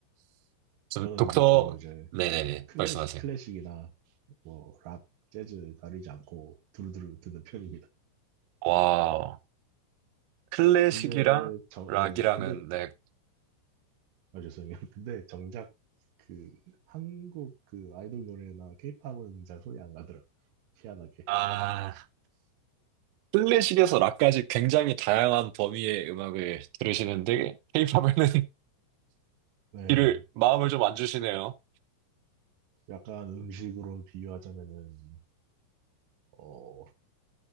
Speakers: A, on the right (about 90°); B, on the right (about 75°).
A: 저
B: 저는
A: 독서,
B: 이제 주로 이제
A: 네네네,
B: 클래식,
A: 말씀하세요.
B: 클래식이나 뭐 락, 재즈 가리지 않고 두루두루 듣는 편입니다.
A: 와, 클래식이랑
B: 근데 정,
A: 락이랑은,
B: 예, 근데
A: 네,
B: 아 죄송해요. <laughs> 근데 정작 그 한국 그 아이돌 노래나 케이팝은 잘 손이 안 가더라. 희한하게.
A: 아, 클래식에서 락까지 굉장히 다양한 범위의 음악을 들으시는데, 케이팝에는 <laughs>
B: 네,
A: 이를, 마음을 좀 안 주시네요.
B: 약간 음식으로 비유하자면은 어